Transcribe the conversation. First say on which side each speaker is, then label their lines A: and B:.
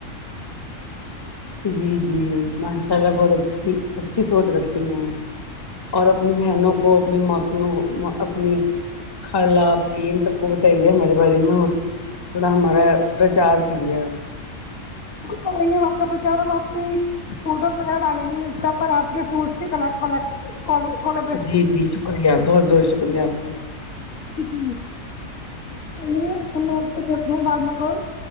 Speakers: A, on the left; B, on the left.
A: جی جی ماشاء اللہ بہت اچھی اچھی سوچ رکھتی ہیں آپ اور اپنی بہنوں کو اپنی موسیوں اپنی خالہ پین سب کو کہیے ہمارے بارے میں اور تھوڑا ہمارا پرچار کیجیے آپ
B: کریں گے آپ کا پرچار ہم آپ پہ <inaudible> فوٹوز وغیرہ ڈالیں گے اس پر آپ کے فوٹس کی کر کگ <inaudible> ک ک <inaudible>
A: جی جی شکریہ بہت بہت شکریہ آپ کا
B: کت م <unintelligible> <unintelligible> چلیے ہم آپ سے کرتے ہیں بعد میں کال